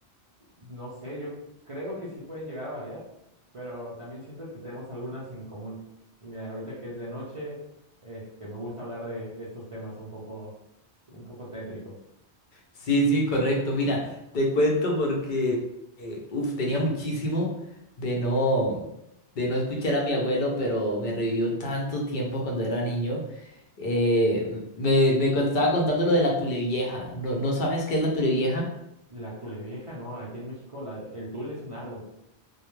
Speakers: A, on the right; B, on the left.
A: No sé, yo creo que sí pueden llegar a variar, pero también siento que tenemos algunas en común. Y mira, ahorita que es de noche, este, me gusta hablar de, de estos temas un poco, un poco tétricos.
B: Sí, sí, correcto. Mira, te cuento porque eh, uf, tenía muchísimo de no de no escuchar a mi abuelo, pero me revivió tanto tiempo cuando era niño. Eh, m- me, me co- estaba contando lo de la Tulevieja. ¿No, no sabes qué es la Tulevieja?
A: La tule vieja, ¿no? Aquí en México la- el tule es un árbol.